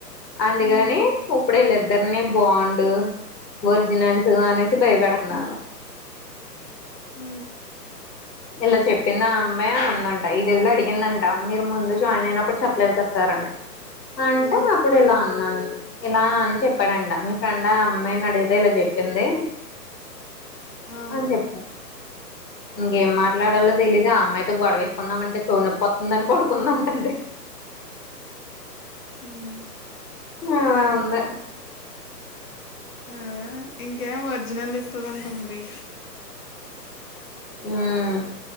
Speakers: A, on the left; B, on the left.
A: అందుకని
B: ఆహా
A: ఇప్పుడే <unintelligible> ఇద్దర్ని బాన్డ్ ఒరిజినల్స్ అనేసి బయటపెడ్తునారు
B: ఉ
A: ఇలా చెప్పింది అమ్మాయి అని అందంట ఇది వెళ్ళి అడిగిందంట మీరు ముందు జాయిన్ అయినప్పుడు చెప్పలేదు కదా సార్ అంటే
B: ఉ
A: అప్పుడు ఇల ఇలా అని చెప్పాడంట మీ ఫ్రెండ్ ఆ అమ్మాయిని అడిగితే ఇలా చెప్పింది
B: ఆ
A: అని చెప్పి ఇంకేం మాట్లాడాలో తెలియదు ఆ అమ్మాయితో గొడవేసుకుందామంటే చెవిన్నోపేతుందని పడుకున్న అంటుంది
B: మ్మ్
A: అ ఉంది
B: అ ఇంకేం ఒరిజినల్ ఇస్తదంటా మరి
A: మ్మ్